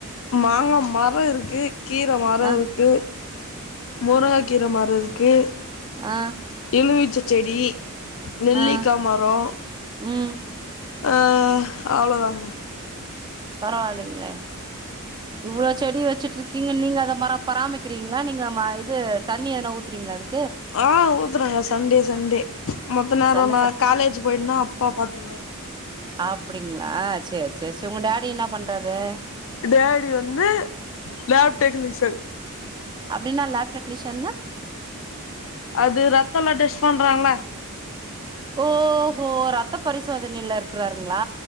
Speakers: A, on the left; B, on the right.
A: மாங்க மரோ இருக்கு கீர மரோ
B: ஆ
A: இருக்கு முருங் கீர மரோ இருக்கு
B: அ
A: எலுமிச்ச செடி நெல்லிக்கா
B: ஆ
A: மரோ
B: ம்
A: அ அவ்ளதாங்க
B: பரவாலைங்ளே இவ்ளோ செடி வெச்சுட்டு இருக்கீங்க நீங்க அத மரோ பராமக்கிங்ளா நீங்க ம இது தண்ணி எதனா ஊத்தறீங்ளா அது
A: ஆ ஊத்தறங்க சண்டே சண்டே மத்த நேரோ
B: சண்ட
A: நா
B: ச
A: காலேஜ் போய்டனா அப்பா பாத்துக்குவாரு
B: அப்டிங்ளா சேரி சேரி சேரி உங்க டாடி என்ன பண்றாரு
A: டேடி வந்து லேப் டெக்னீஷன்
B: அப்டினா லேப் டெக்னிஷன்னா
A: அது ரத்தெல்லா டெஸ்ட் பண்றாங்ள
B: ஓஹோ ரத்த பரிசோதனைல இருக்கிறாருங்ளா